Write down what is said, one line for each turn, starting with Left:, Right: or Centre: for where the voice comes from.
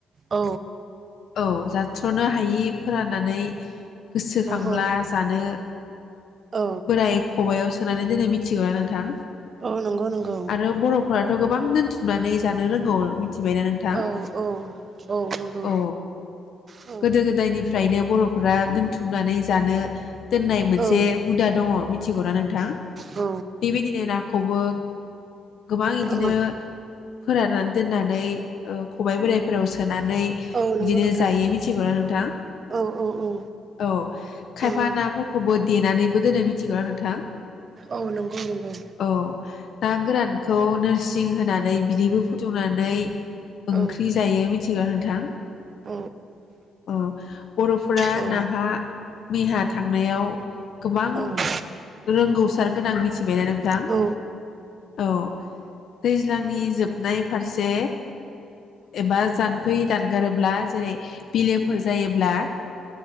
Right: औ
Left: औ जाथ्र'नो हायि फोराननानै गोसोखांब्ला
Right: औ
Left: जानो
Right: औ
Left: बोराय खबायाव सोनानै दिनै मिथिगौना नोंथां
Right: औ नंगौ नंगौ
Left: आरो बर'फोराथ' गोबां दोनथि नुनानै जानो रोंगौ मिथिबायना नोंथां
Right: औ औ औ नंगौ
Left: औ
Right: औ
Left: गोदो गोदायनिफ्रायनो बर' फोरा दोनथुमनानै जानो दोन मोनसे
Right: औ
Left: हुदा दं मिथिगौना नोंथां
Right: औ
Left: बेबायदिनो ना खौबो गोबां इदिनो
Right: औ
Left: फोराननानै दोननानै ओ खबबाय बोराइफोराव सोनाय नै
Right: औ नंगौ
Left: बिदिनो
Right: नोंथां
Left: जायो मिथीगौना नोंथां
Right: औ औ औ
Left: औ खायफा
Right: नंगौ
Left: ना फ ब देनानैबो दोनै मिथिगौ नोंथां
Right: औ नंगौ नंगौ
Left: औ ना गोरानखौ नोरसिं होनानै बिदैबो फुदुंनानै ओंख्रि
Right: औ
Left: जायो बि थिगा नोंथां
Right: औ
Left: औ बर'फोरा
Right: औ
Left: नाहा मैहा थां नायाव गोबां
Right: औ औ
Left: रोंगौसार गोनां मिथिबायना नोंथां।
Right: औ
Left: औ दैज्लांनि जोबनाय फारसे एबा जान दै दानगारोब्ला जेरै बिलोफोर जायोब्ला